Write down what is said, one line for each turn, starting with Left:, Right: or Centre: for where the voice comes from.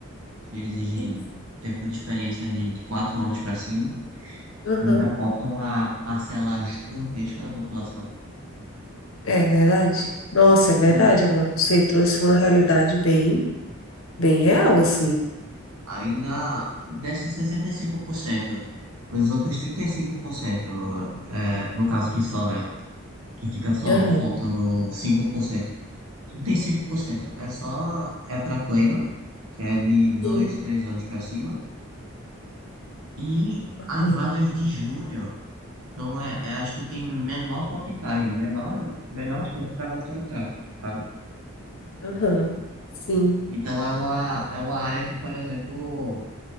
Right: que exigem
Left: Isso,
Right: tempo de experiência de, de 4 anos para cima.
Left: Aham.
Right: Então já falta uma parcela gigantesca da população.
Left: É verdade. Nossa, é verdade.
Right: E
Left: Agora você trouxe uma realidade bem, bem real, assim.
Right: ainda desses 65%, os outros 35%, é, no caso que sobra, que fica só
Left: Aham.
Right: faltando cinco por cento trinta e cinco por cento é só é para pleno, que é de dois
Left: Sim.
Right: 3 anos para cima. E
Left: Aham.
Right: as vagas de júnior então é, é as que tem menor porcentagem, menor, menor chance para você entrar, sabe?
Left: Aham. Sim.
Right: Então é uma, é uma área que, por exemplo,